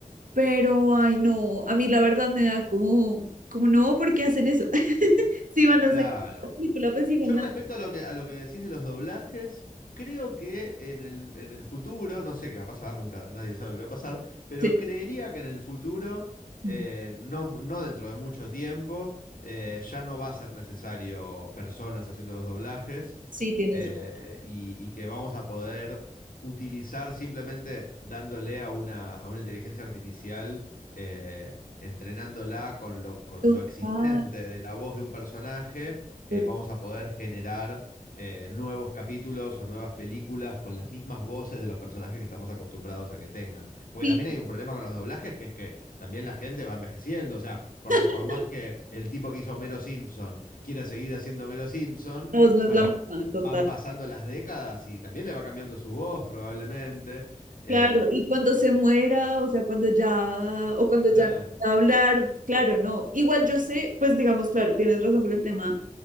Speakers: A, on the right; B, on the left.
A: pero ay no, a mí la verdad me da como, como no, ¿por qué hacen eso? <laughs> Si van a
B: claro.
A: sacar la película, pues síganla.
B: Yo respecto a lo que, a lo que decís de los doblajes, creo que en el, en el futuro, no sé qué va a pasar, nunca nadie sabe qué va a pasar, pero
A: Sí,
B: creería que en el futuro, eh,
A: mm,
B: no, no dentro de mucho tiempo, eh, ya no va a ser necesario personas haciendo los doblajes
A: sí, tienes
B: eh,
A: razón.
B: y, y que vamos a poder utilizar simplemente dándole a una, a una inteligencia artificial. eh, entrenándola con lo, con
A: Total,
B: lo existente de la voz de un personaje eh,
A: total.
B: vamos a poder generar eh, nuevos capítulos o nuevas películas con las mismas voces de los personajes que estamos acostumbrados a que tengan. Porque
A: Sí,
B: también hay un problema con los doblajes, que es que también la gente va envejeciendo. O sea, por,
A: <laughs>
B: por más que el tipo que hizo Homero Simpson quiera seguir haciendo Homero Simpson,
A: la voz no es
B: bueno,
A: la misma, total.
B: van pasando las décadas y también le va cambiando su voz probablemente. Eh,
A: Claro, y cuando se muera, o sea, cuando ya, o cuando
B: claro.
A: ya no pueda hablar, claro, no. Igual yo sé, pues digamos, claro, tienes razón con el tema